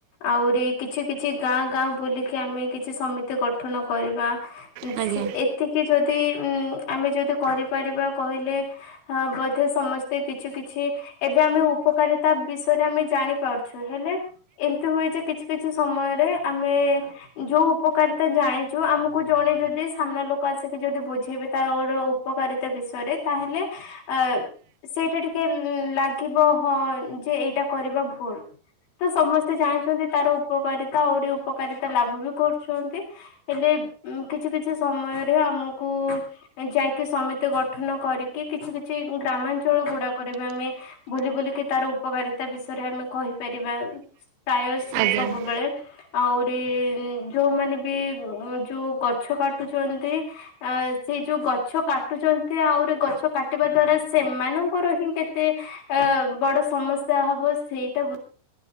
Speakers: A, on the left; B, on the right.
A: ଆହୁରି କିଛି କିଛି ଗାଁ-ଗାଁ ବୁଲିକି ଆମେ କିଛି ସଁ ମିତି ଗଠନ କରିବା। ଉଁ
B: ଆଜ୍ଞା।
A: ସେ ଏତିକି ଯଦି ଉଁ ଆମେ ଯଦି କରିପାରିବା କହିଲେ ହ ବୋଧେ ସମସ୍ତେ କିଛି-କିଛି ଏବେ ଆମେ ଉପକାରିତା ବିଷୟରେ ଆମେ ଜା ଜାଣି ପାରୁଛୁ ହେଲେ ଏମତି ହୁଏ ଯେ କିଛି-କିଛି ସମୟରେ ଆମେ ଯୋଉ ଉପକାରିତା ତୁ ତ ଜାଣିଛୁ ଆମକୁ ଜଣେ ଯଦି ସାମ୍ନା ଲୋକ ଆସିକି ଯଦି ବୁଝେଇବେ ତାର ଉପକାରିତା ବିଷୟରେ ତାହେଲେ ଏ ସେଇଟା ଟିକେ ଲାଗିବ ହଁ ଯେ ଏଇଟା କରିବା ଭୁଲ। ତ ସମସ୍ତେ ଜାଣିଛନ୍ତି ତାର ଉପକାରିତା ଆହୁରି ଉପକାରିତା ଲାଭ ବି କରୁଛନ୍ତି ହେଲେ କିଛି କିଛି ସମୟରେ ଆମକୁ ଯାଇକି ସମିତି ଗଠନ କରିକି କିଛି କିଚ କି ଗ୍ରାମାଞ୍ଚଳ ଗୁଡାକରେ ଆମେ ବୁଲି ବୁଲିକି ତାର ଉପକାରିତା ବିଷ ରେ ଆମେ କହିପାରିବା ପ୍ରାୟ ସ
B: ଆଜ୍ଞା ଆଜ୍ଞା।
A: ସବୁବେଳେ ଆହୁରି ଯୋଉମାନ ବି ଯୋଉ ଗଛ କାଟୁଛନ୍ତି ଆ ସେଇ ଯୋଉ ଗଛ କାଟୁଚନ୍ତି ଆ ଆହୁରି ଗଛ କା କାଟିବା ଦ୍ଵାରା ସେମାନଙ୍କର ହିଁ କେତେ ଆ ବଡ ସମସ୍ୟା ହବ ସେଇଟା ବୁ